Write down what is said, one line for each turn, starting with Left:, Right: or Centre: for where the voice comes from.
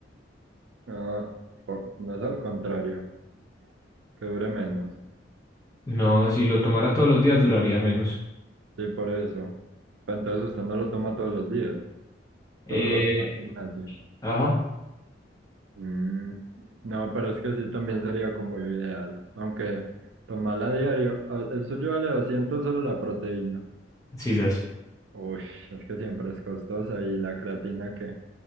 Right: ah, por- no es al contrario, que dure menos,
Left: No, si lo tomara todos los días duraría menos.
Right: sí, por eso, Pero entonces usted no lo toma todos los días,
Left: Eh,
Right: solo los que va al gimnasio.
Left: ajá,
Right: Mm, No, pero es que sí también sería como lo ideal. Aunque tomarla a diario, ah, el suyo vale 200 solo la proteína.
Left: sisas.
Right: Uy, es que siempre es costosa y la creatina que...